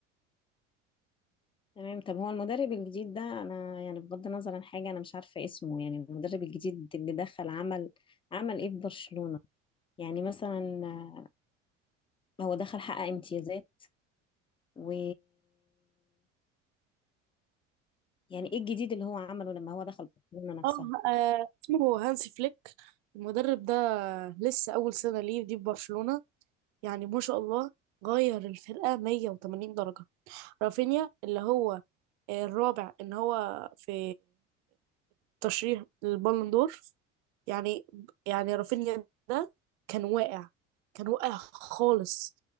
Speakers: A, on the left; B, on the right.
A: تمام طب هو المدرب الجديد ده انا يعني بغض النظر عن حاجه انا مش عارفه اسمه يعني المدرب الجديد اللي دخل عمل عمل ايه في برشلونه يعني مثلا آه، هو دخل حقق امتيازات و يعني ايه الجديد اللي هو عمله لما هو دخل برشلونه نفسها
B: اه آه، اسمه هانسي فليك المدرب ده لسه اول سنه ليه دي في برشلونه يعني ما شاء الله غير الفرقه 180 درجه رافينيا اللي هو آه، الرابع ان هو في ترشيح البالون دور يعني يعني رافينيا ده كان واقع كان واقع خالص